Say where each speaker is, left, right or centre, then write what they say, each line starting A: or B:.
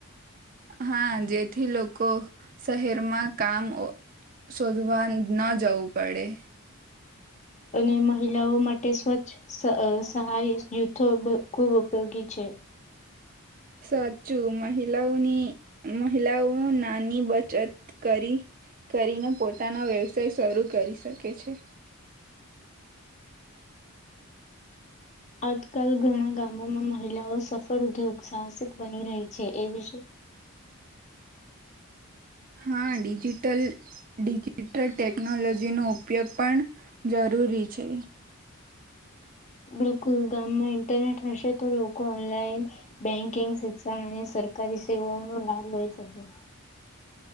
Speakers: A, on the right; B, on the left.
A: હા જેથી લોકો શહેરમાં કામ શોધવા ન જવું પડે
B: અને મહિલાઓ માટે સ્વચ્છ સહાય જૂથો ખૂબ ઉપયોગી છે
A: સાચું મહિલાઓની મહિલાઓ નાની બચત કરી કરીને પોતાનો વ્યવસાય શરૂ કરી શકે છે
B: આજકાલ ઘણા ગામોમાં મહિલાઓ સફળ ઉદ્યોગ સાહસિક બની રહી છે એ વિશે
A: હા ડિજિટલ ડિજિટલ ટેકનોલોજીનો ઉપયોગ પણ જરૂરી છે
B: બિલકુલ ગામમાં ઇન્ટરનેટ હશે તો લોકો ઓનલાઈન બેંકિંગ શિક્ષણ અને સરકારી સેવાઓનો લાભ લઈ શકે